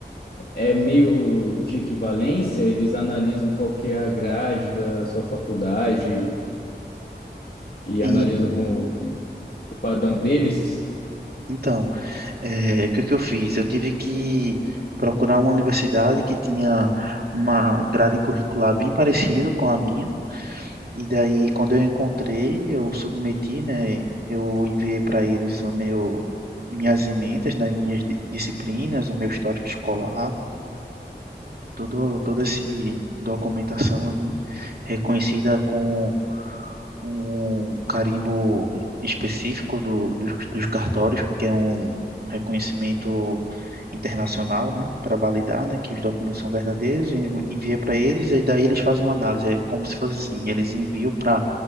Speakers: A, on the left (about 60°); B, on the right (about 60°).
A: é meio de equivalência, eles analisam qual que é a grade da sua faculdade e
B: E
A: analisam com o padrão deles.
B: então, É, o que que eu fiz? Eu tive que procurar uma universidade que tinha uma grade curricular bem parecida com a minha, e daí quando eu encontrei, eu submeti, né? Eu enviei para eles o meu minhas ementas das minhas di- disciplinas, o meu histórico escolar, todo toda essa documentação aí reconhecida com um carimbo específico do, dos, dos cartórios, que é um reconhecimento internacional, né, para validar, né, que os documentos são verdadeiros, e envia para eles, e daí eles fazem uma análise, é como se fosse assim, eles enviam para